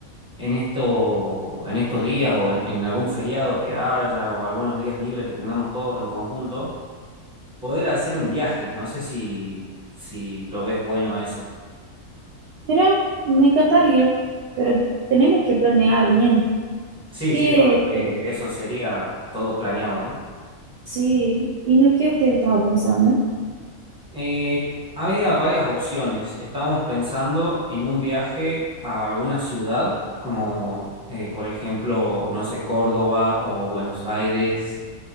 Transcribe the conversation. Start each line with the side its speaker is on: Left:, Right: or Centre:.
Centre: en esto, en estos días o en, en algún feriado que haya o algunos días libres que tengamos todos en conjunto, poder hacer un viaje. No sé si, si lo ves bueno a eso.
Right: Mira, me encantaría, pero tenemos que planear bien.
Centre: Sí,
Right: ¿Qué?
Centre: sí, obvio,
Right: eh,
Centre: eh, eso sería todo planeado, ¿no?
Right: Sí, ¿y no qué usted estaba pensando?
Centre: Eh, había varias opciones. Estábamos pensando en un viaje a alguna ciudad, como eh, por ejemplo, no sé, Córdoba o Buenos Aires,